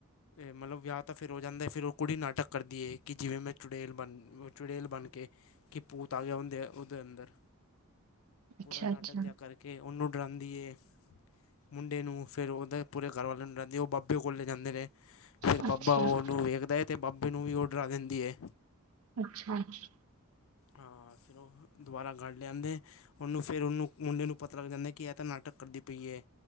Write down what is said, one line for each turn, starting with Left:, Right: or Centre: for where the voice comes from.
Left: ਮਤਲਬ ਵਿਆਹ ਤਾਂ ਫਿਰ ਹੋ ਜਾਂਦਾ ਫਿਰ ਉਹ ਕੁੜੀ ਨਾਟਕ ਕਰਦੀ ਹੈ ਕਿ ਜਿਵੇਂ ਮੈਂ ਚੁੜੇਲ ਬਣ, ਚੁੜੇਲ ਬਣ। ਕੇ ਭੂਤ ਆ ਗ੍ਹਿਆ ਉਹ ਉਦੇ ਅਂਦਰ
Right: ਅੱਛਾ
Left: ਨਾਟਕ
Right: ਅੱਛਾ
Left: ਜਿਆ ਕਰ ਕੇ। ਕੇ ਉਹਨੂੰ ਡਰਾਉਂਦੀਏ ਮੁੰਡੇ ਨੂੰ। ਫੇਰ ਉਹਦੇ ਪੂਰੇ ਘਰਵਾਲਿਆਂ ਨੂੰ ਦਸਦੀ ਉਹ ਬਾਬੇ ਕੋਲ ਲੈ ਜਾਂਦੇ ਨੇ। ਫੇਰ
Right: ਅੱਛਾ ਅੱਛਾ
Left: ਬਾਬਾ ਉਹਨੂੰ ਵੇਖਦਾ ਹੈ ਤੇ ਬਾਬੇ ਨੂੰ ਵੀ ਡਰਾ ਦਿੰਦੀ ਐ।
Right: ਅੱਛਾ, ਅੱਛਾ।
Left: ਹਾਂ ਹਾਂ ਫੇਰ ਉਹ ਦੁਬਾਰਾ ਘਰ ਲਿਆਂਉਂਦੇ ਉਹਨੂੰ ਫੇਰ ਉਹਨੂੰ ਮੁੰਡੇ ਨੂੰ। ਪਤਾ ਲੱਗ ਜਾਂਦਾ ਕਿ ਇਹ ਤਾਂ ਨਾਟਕ ਕਰਦੀ ਪਈ ਏ